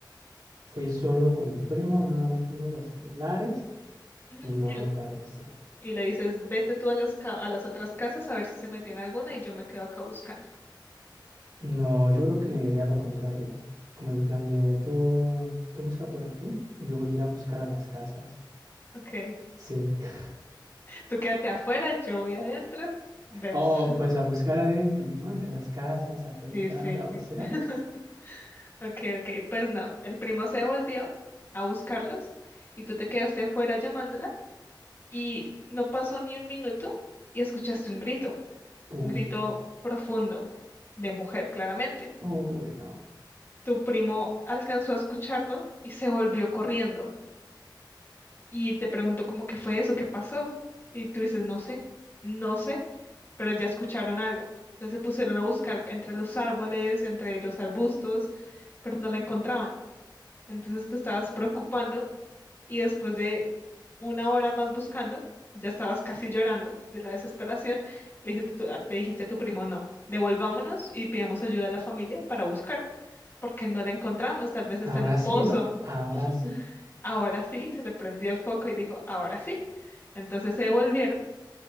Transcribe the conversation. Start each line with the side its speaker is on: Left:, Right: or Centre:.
Right: fui solo con mi primo, nada más tenemos los celulares
Left: Ujú,
Right: y no
Left: él-
Right: aparece.
Left: Y le dices, vete tú a las, ca- a las otras casas a ver si se metió en alguna y yo me quedo acá buscando.
Right: No, yo creo que le diría lo contrario, como en plan de tú, tú busca por aquí y yo voy a ir a buscar a las casas.
Left: Ok,
Right: Sí. <laughs>
Left: tú quédate afuera, yo voy adentro, vemos.
Right: Oh,
Left: <laughs>
Right: pues a buscar adentro, ¿no? Entre las casas, a preguntar,
Left: Sí, sí.
Right: a vocear.
Left: <laughs> Ok, ok, pues no, el primo se volvió a buscarlos y tú te quedaste afuera llamándola y no pasó ni un minuto y escuchaste un grito,
Right: Uy,
Left: un grito
Right: no.
Left: profundo de mujer, claramente.
Right: Uy, no.
Left: Tu primo alcanzó a escucharlo y se volvió corriendo y te preguntó cómo que fue eso, qué pasó. Y tú dices, no sé, no sé, pero ya escucharon algo. Entonces se pusieron a buscar entre los árboles, entre los arbustos, pero no la encontraban. Entonces te estabas preocupando y después de una hora más buscando, ya estabas casi llorando de la desesperación, le dijiste, a tu- a- le dijiste a tu primo, no, devolvámonos y pidamos ayuda a la familia para buscar, porque no la encontramos, tal vez está
Right: Ahora
Left: en un
Right: sí,
Left: pozo.
Right: ¿no? Ahora
Left: Ujú.
Right: sí.
Left: Ahora sí, se le prendió el foco y dijo, ahora sí. Entonces se devolvieron